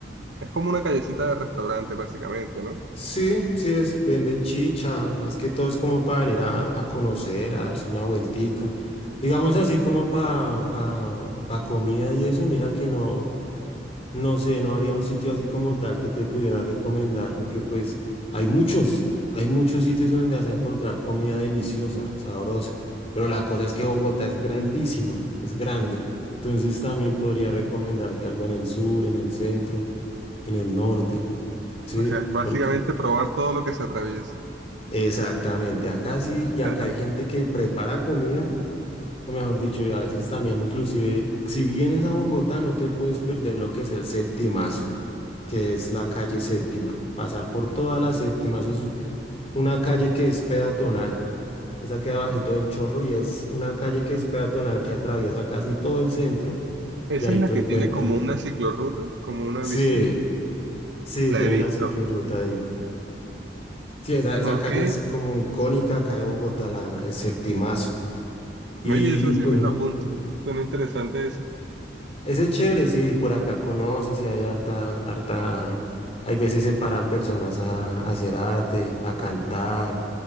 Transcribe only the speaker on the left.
Sí, sí, es, venden chicha, más que todo es como para venir a, a conocer, a darse una vueltica. Digamos así como para pa, pa pa comida y eso, mira que no. No sé, no habría un sitio así como tal que te pudiera recomendar, porque pues hay muchos, hay muchos sitios en donde vas a encontrar comida deliciosa, sabrosa, pero la cosa es que Bogotá es grandísima, es grande, entonces también podría recomendarte algo en el sur, en el centro, en el norte, ¿sí?
Porque
exactamente, acá sí, y acá
hay gente que prepara comida, o mejor dicho, y a veces también inclusive, si vienes a Bogotá no te puedes perder lo que es el septimazo. que es la calle Séptima. Pasar por toda la Séptima, eso es u- una calle que es peatonal. Esa queda bajito del Chorro y es una calle que es peatonal que atraviesa casi todo el centro.
Y ahí
tú
encuentras.
Sí,
sí,
tiene
la ciclorruta ahí. Sí, esa, esa
calle es como icónica acá de Bogotá, la, el Septimazo. Y,
y
pues
no,
ese es chévere, si por acá conoces y hay harta, harta, hay veces se paran personas a, a hacer arte, a cantar.